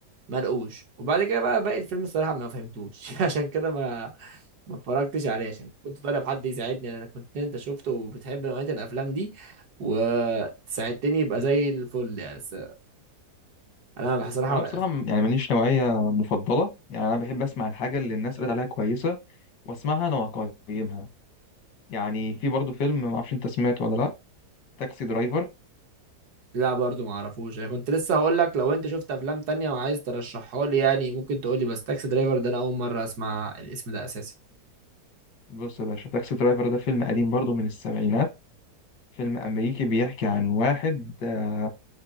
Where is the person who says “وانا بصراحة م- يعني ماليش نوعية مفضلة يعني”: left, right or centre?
Left